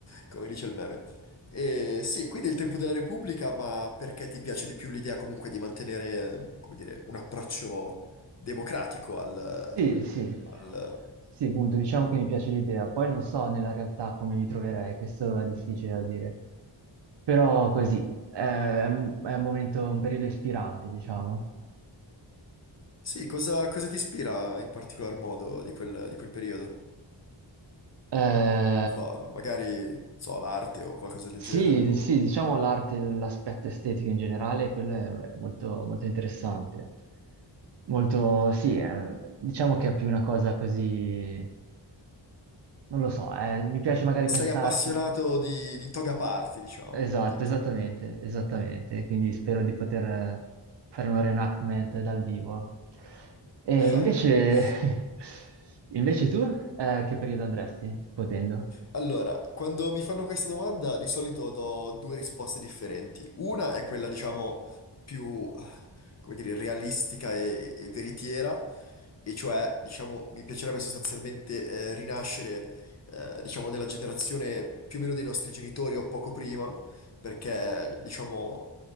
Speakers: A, on the left; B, on the right.
A: come dice il meme. E sì, quindi il tempo della Repubblica, ma perché ti piace di più l'idea comunque di mantenere, eh, come dire, un approccio democratico al...
B: Sì, sì,
A: al-
B: sì, appunto, diciamo che mi piace l'idea. Poi non so nella realtà come mi troverei, questo è difficile da dire. Però così, è, è un è un momento, un periodo ispirante, diciamo.
A: Sì, cosa, cosa ti ispira in particolar modo di quel, di quel periodo?
B: Eh,
A: Non so, magari, non so, l'arte o qualcosa del
B: Sì,
A: genere o...
B: sì, diciamo l'arte, l'aspetto estetico in generale, quello è molto, molto interessante. Molto, sì, eh, diciamo che è più una cosa così, non lo so, eh, mi piace magari
A: sei
B: pensarci.
A: appassionato di, di toga party, diciamo.
B: Esatto,
A: Ti- ti-
B: esattamente, esattamente. Quindi spero di poter eh, fare un reenactment dal vivo. E
A: <laughs>
B: invece, <laughs> invece tu, eh, che periodo andresti, potendo?
A: Allora, quando mi fanno questa domanda di solito do due risposte differenti. Una è quella, diciamo, più, come dire, realistica e, e veritiera, e cioè, diciamo, mi piacerebbe sostanzialmente eh, rinascere, eh, diciamo, nella generazione più o meno dei nostri genitori o poco prima, perché, diciamo,